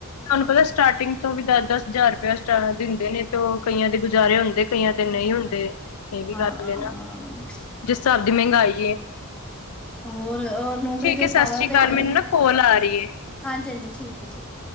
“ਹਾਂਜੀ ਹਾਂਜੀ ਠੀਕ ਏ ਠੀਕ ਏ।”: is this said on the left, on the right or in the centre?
Centre